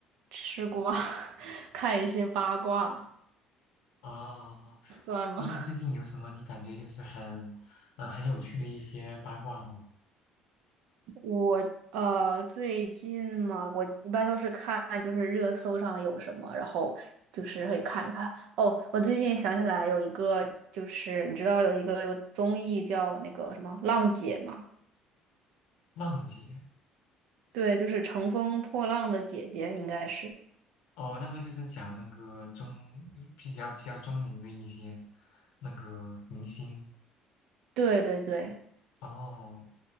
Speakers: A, on the right (about 75°); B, on the left (about 80°).
A: 吃瓜，<laughs> 看一些八卦，
B: 啊。
A: 算吗？
B: 那那最近有什么你感觉就是很，嗯、很有趣的一些八卦吗？
A: 我呃，最近嘛，我一般都是看就是热搜上有什么，然后就是会看一看。哦，我最近想起来有一个，就是你知道有一个有综艺叫那个什么《浪姐》嘛？
B: 浪姐，
A: 对，就是乘风破浪的姐姐，应该是。
B: 哦，那个就是讲那个中比较比较中龄的一些那个明星，
A: 对对对。
B: 哦，